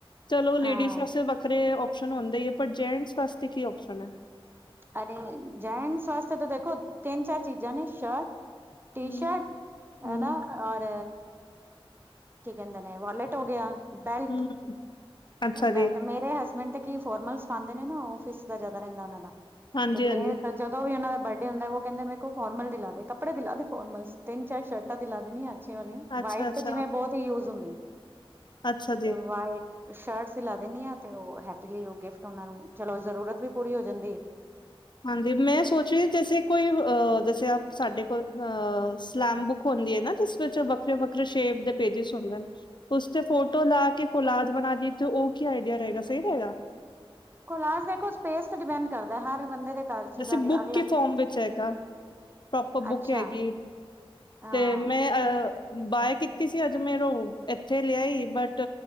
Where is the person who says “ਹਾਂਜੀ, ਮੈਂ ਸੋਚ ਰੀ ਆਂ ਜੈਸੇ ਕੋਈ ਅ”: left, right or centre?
Left